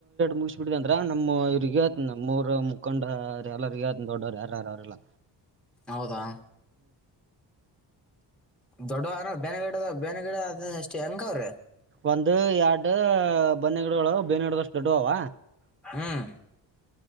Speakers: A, on the right (about 30°); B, in the centre.
A: ಮುಗಿಸ್ಬ ಬಿಟ್ಟಿದೆ ಅಂದ್ರ ನಮ್ಮ್ ಇರಿಗೆ ಮೂರು ಮುಖಂಡ ಎಲ್ಲರಿಗ ದೊಡ್ಡವ್ರರು ಯಾರ್ಯಾರ ಅವ್ರಲ್ಲ
B: ಹೌದಾ ದೊಡ್ಡವ ಅನ ಬೇನಗಿಡದ ಬೇನಗಡ ಅದ ಅಷ್ಟೇ ಹೆಂಗ ಅವ್ರೆ
A: ಒಂದು ಎರಡು ಬನ್ನಿಗಿಡಗಳು ಬೇನ್ನಿ ಗಿಡಷ್ಟು ದೊಡ್ಡುವವ
B: ಹ್ಮ್